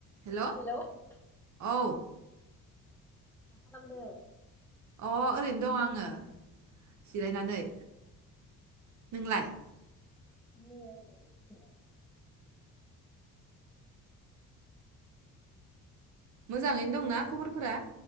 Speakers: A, on the right; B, in the centre.
A: हेल'
B: hello मा
A: औ
B: मा खालामदो?
A: अ ओरैनो दं आङो सिरायनानै। नोंलाय?
B: <unintelligible>
A: मोजाङैनो दंना खबरफोरा?